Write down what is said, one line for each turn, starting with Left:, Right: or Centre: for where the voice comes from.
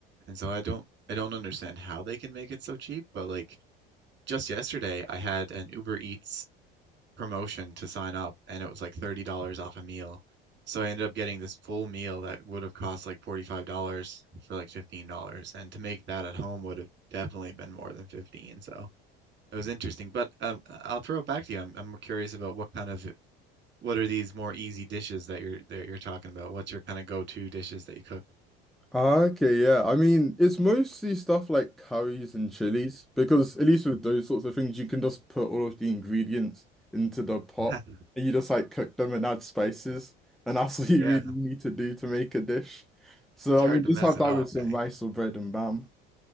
Right: and so I don't I don't understand how they can make it so cheap, but like just yesterday I had an Uber Eats promotion to sign up and it was like $30 off a meal. So I ended up getting this full meal that would have cost like $45 for like $15. And to make that at home would have definitely been more than 15. So it was interesting. But um, I'll throw it back to you. I'm, I'm curious about what kind of what are these more easy dishes that you're that you're talking about? What's your kind of go-to dishes that you cook?
Centre: Ah, Okay, yeah. I mean, it's mostly stuff like curries and chilies because at least with those sorts of things, you can just put all of the ingredients into the pot
Right: <laughs>
Centre: and you just like cook them and add spices, and that's <laughs> what you
Right: Yeah,
Centre: really need to do to make a dish. So
Right: it's hard
Centre: I mean, just
Right: to mess
Centre: have
Right: it
Centre: that
Right: up,
Centre: with some
Right: eh?
Centre: rice or bread and bam.